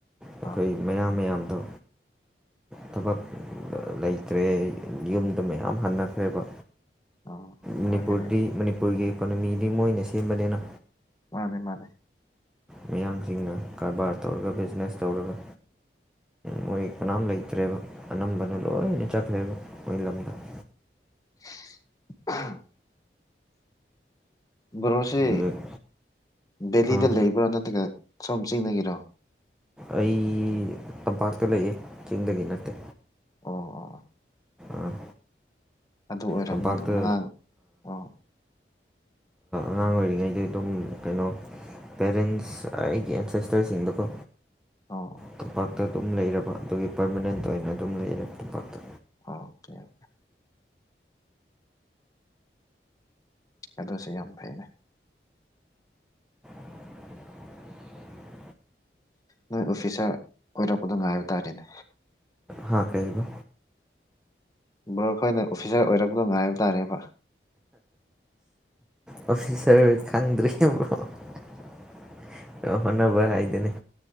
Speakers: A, in the centre; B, on the left.
A: ꯑꯩꯈꯣꯏ
B: ꯑꯥ
A: ꯃꯌꯥꯝꯡ ꯃꯌꯥꯝꯗ ꯊꯕꯛ ꯂꯩꯇ꯭ꯔꯦ ꯌꯨꯝꯗ ꯃꯌꯥꯝ ꯍꯟꯅꯈ꯭ꯔꯦꯕ
B: ꯑꯥ
A: ꯃꯅꯤꯄꯨꯔꯗꯤ
B: ꯑꯣꯏꯒꯅꯤ ꯑꯣꯏꯒꯅꯤ
A: ꯃꯅꯤꯄꯨꯔꯒꯤ ꯏꯀꯣꯅꯣꯃꯤꯗꯤ ꯃꯣꯏꯅ ꯁꯦꯝꯕꯅꯤꯅ
B: ꯃꯥꯅꯤꯦ ꯃꯥꯅꯤꯦ
A: ꯃꯌꯥꯝꯁꯤꯡꯅ ꯀꯔꯕꯥꯔ ꯇꯧꯔꯒ ꯕꯤꯖꯤꯅꯦꯁ ꯇꯧꯔꯒ ꯃꯣꯏ ꯀꯅꯥꯝ ꯂꯩꯇ꯭ꯔꯦꯕ ꯑꯅꯝꯕꯅ ꯂꯣꯏꯅ ꯆꯠꯈ꯭ꯔꯦꯕ ꯃꯣꯏ ꯂꯝꯗ <unintelligible>
B: <inaudible> ꯕꯣꯔꯣꯁꯤ
A: ꯍꯧꯖꯤꯛ
B: ꯕꯦꯂꯤꯗ
A: ꯑꯥ
B: ꯂꯩꯕ꯭ꯔꯥ ꯅꯠꯇ꯭ꯔꯒ ꯁꯣꯝ ꯆꯤꯡꯅꯒꯤꯔꯣ
A: ꯑꯩ ꯇꯝꯄꯥꯛꯇ ꯂꯩꯌꯦ ꯆꯤꯡꯗꯒꯤ ꯅꯠꯇꯦ
B: ꯑꯣ
A: ꯑꯥ
B: ꯑꯗꯨ ꯑꯣꯏꯔꯕꯝꯔꯕꯅꯦ
A: ꯇꯝꯄꯥꯛꯇ
B: ꯉꯉꯥꯡ ꯑꯣ
A: ꯉꯥꯡ ꯀꯍꯤꯉꯩ ꯑꯗꯨꯝ ꯀꯩꯅꯣ ꯄꯦꯔꯦꯟꯁ ꯑꯩꯒꯤ ꯑꯦꯟꯁꯦꯁꯇꯔꯁꯤꯡꯗꯀꯣ
B: ꯑꯣ ꯑꯣ
A: ꯇꯝꯄꯥꯛꯇ ꯑꯗꯨꯝ ꯂꯩꯔꯕ ꯑꯗꯨꯒꯤ ꯄꯔꯃꯅꯦꯟꯠ ꯑꯣꯏꯅ ꯑꯗꯨꯝ ꯂꯩꯔꯦ ꯇꯝꯄꯥꯛꯇ
B: ꯑꯣꯀꯦ ꯑꯣꯀꯦ ꯑꯗꯨꯁꯨ ꯌꯥꯝ ꯐꯩꯅꯦ
A: <inaudible>
B: ꯅꯣꯏ ꯑꯣꯐꯤꯁꯇ ꯑꯣꯏꯔꯛꯄꯗꯣ ꯉꯥꯏꯕ ꯇꯥꯔꯦꯅꯦ
A: ꯍꯥ ꯀꯩꯕ
B: ꯕ꯭ꯔꯣ ꯑꯩꯈꯣꯏꯅ ꯑꯣꯐꯤꯁꯥꯔ ꯑꯣꯏꯔꯛꯄꯗꯣ ꯉꯥꯏꯕ ꯇꯥꯔꯦꯕ
A: ꯑꯣꯐꯤꯁꯔ ꯈꯪꯗꯔꯤ ꯑꯣ ꯅꯕꯔ ꯍꯥꯏꯗꯅꯤ